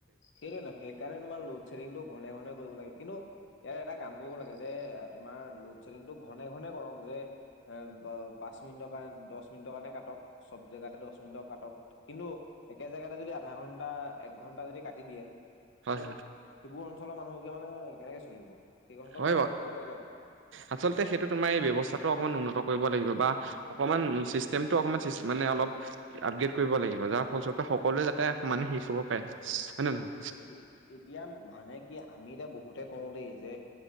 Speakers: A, on the left; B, on the right.
A: সেইটোৱে ন। সেইকাৰণে তোমাৰ লোডশ্বেডিংটো ঘনে-ঘনে কৰিব লাগে। কিন্তু ইয়াৰে এটা কাম কৰিব লাগে যে, তোমাৰ লোডশ্বেডিংটো ঘনে-ঘনে কৰক যে এ দচ মিনিটৰ কাৰণ দচ মিনিটৰ কাৰণে কাটক। চব জেগাতে দচ মিনিটৰ কাটক। কিন্তু একে জেগাতে যদি আধা ঘণ্টা একঘণ্টা যদি কাটি দিয়ে।
B: হয়
A: তেতিয়া
B: হয়
A: সেইবোৰ অঞ্চলৰ মানুহবোকে মানে কেনেকে চলিব? সেই কথাটো
B: হয়
A: অকমান
B: বাৰু।
A: চিন্তা কৰিব লাগে ন
B: আচলতে সেইটো তোমাৰ এই ব্যৱস্থাটো অকমান উন্নত কৰিব লাগিব বা অকমান চিষ্টেমটো অকমান চিছ মানে অলপ আপগ্ৰেড কৰিব লাগিব। যাৰ ফলস্বৰূপে সকলোৱে যাতে মান শেষ হ'ব পাৰে। হয় নে নহয়
A: সেইটোৱে। এতিয়া মানে কি আমি এতিয়া বহুতে কওঁ দেই যে